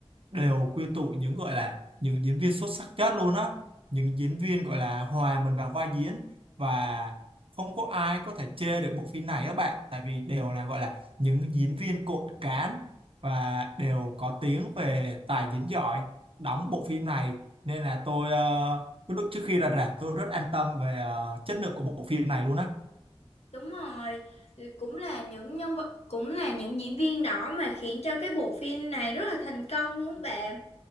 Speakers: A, on the right; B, on the left.
A: đều quy tụ những gọi là những diễn viên xuất sắc nhất luôn á. Những diễn viên gọi là hòa mình vào vai diễn và không có ai có thể chê được bộ phim này các bạn. Tại vì đều là gọi là những diễn viên cộn cán và đều có tiếng về tài diễn giỏi đóng bộ phim này. Nên là tôi ờ, lúc trước khi ra rạp tôi rất an tâm về ờ, chất lượng của bộ phim này luôn á.
B: đúng rồi thì cũng là những nhân vật cũng là những diễn viên đó mà khiến cho cái bộ phim này rất là thành công luôn bạn